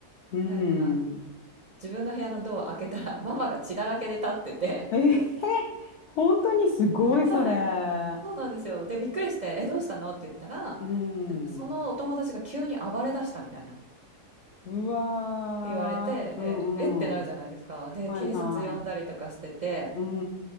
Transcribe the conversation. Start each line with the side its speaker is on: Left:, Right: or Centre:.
Left: うん。
Right: なんか自分の部屋のドアを開けたらママが血だらけで立ってて、
Left: ええ、本当にすごいそれ。
Right: はい、そうなんですよ。で、びっくりして、え、どうしたのって言ったら、なんか
Left: うん。
Right: そのお友達が急に暴れ出したみたいな。っ
Left: うわー。
Right: て言われて、で、
Left: うんうん。
Right: えってなるじゃないですか。で、
Left: はいはい。
Right: 警察呼んだりとかしてて、
Left: うん